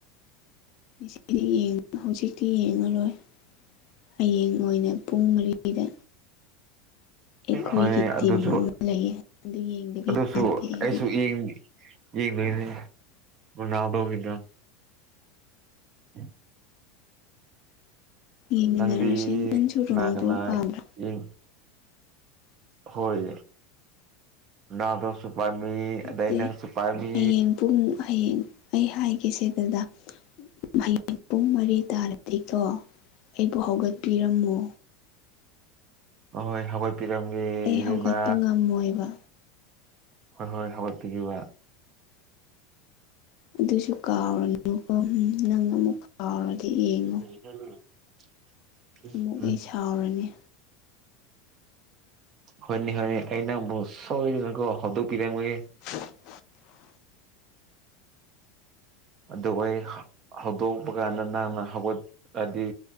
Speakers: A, on the left (about 55°); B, on the right (about 40°).
A: ꯉꯁꯤꯒꯤꯗꯤ ꯌꯦꯡ ꯍꯧꯖꯤꯛꯇꯤ ꯌꯦꯡꯉꯔꯣꯏ ꯍꯌꯦꯡ ꯑꯣꯏꯅ ꯄꯨꯡ ꯃꯔꯤꯗ ꯑꯩꯈꯣꯏꯒꯤ
B: ꯍꯣꯏ
A: ꯇꯤꯝ
B: ꯑꯗꯨꯁꯨ
A: ꯑꯃ ꯂꯩꯌꯦ ꯑꯗꯨ ꯌꯦꯡꯗꯕ
B: ꯑꯗꯨꯁꯨ
A: ꯌꯥꯗꯦ ꯑꯩꯗꯤ
B: ꯑꯩꯁꯨ ꯌꯦꯡ ꯌꯦꯡꯗꯣꯏꯅꯦ ꯔꯣꯅꯥꯜꯗꯣꯅꯤꯗꯣ <unintelligible>
A: ꯌꯦꯡꯃꯤꯟꯅꯔꯁꯦ
B: ꯅꯪꯗꯤ
A: ꯅꯪꯁꯨ
B: ꯀꯅꯥ
A: ꯔꯣꯅꯥꯜꯗꯣ
B: ꯀꯅꯥ
A: ꯄꯥꯝꯕ꯭ꯔꯥ
B: ꯌꯦꯡ ꯍꯣꯏ ꯅꯥꯟꯗꯣꯁꯨ ꯄꯥꯝꯃꯤ ꯑꯗꯩ
A: ꯅꯠꯇꯦ
B: ꯅꯪꯁꯨ ꯄꯥꯝꯃꯤ
A: ꯍꯌꯦꯡ ꯄꯨꯡ ꯍꯌꯦꯡ ꯑꯩ ꯍꯥꯏꯒꯦꯁꯦ ꯑꯗꯨꯗ ꯍꯌꯦꯡ ꯄꯨꯡ ꯃꯔꯤ ꯇꯥꯔꯗꯤꯀꯣ ꯑꯩꯕꯨ ꯍꯧꯒꯠꯄꯤꯔꯝꯃꯣ
B: ꯑꯍꯣꯏ ꯍꯧꯒꯠꯄꯤꯔꯝꯒꯦ
A: ꯑꯩ
B: ꯏꯕꯦꯝꯃꯥ
A: ꯍꯧꯒꯠꯄ ꯉꯝꯃꯣꯏꯕ
B: ꯍꯣꯏ ꯍꯣꯏ ꯍꯧꯒꯠꯄꯤꯒꯦꯕ
A: ꯑꯗꯨꯁꯨ ꯀꯥꯎꯔꯅꯨꯀꯣ ꯅꯪ ꯑꯃꯨꯛ ꯀꯥꯎꯔꯗꯤ ꯌꯦꯡꯉꯣ
B: <unintelligible>
A: ꯑꯃꯨꯛ
B: ꯎꯝ
A: ꯑꯩ ꯁꯥꯎꯔꯅꯤ
B: ꯍꯣꯏꯅꯤ ꯍꯣꯏꯅꯦ ꯑꯩꯩ ꯅꯪꯕꯨ ꯁꯣꯏꯗꯅꯀꯣ ꯍꯧꯗꯣꯛꯄꯤꯔꯦꯝꯒꯦ
A: <inaudible>
B: ꯑꯗꯨꯒ ꯑꯩ ꯍꯧꯗꯣꯛꯄ ꯀꯥꯟꯗ ꯅꯪꯅ ꯍꯧꯒꯠꯑꯗꯤ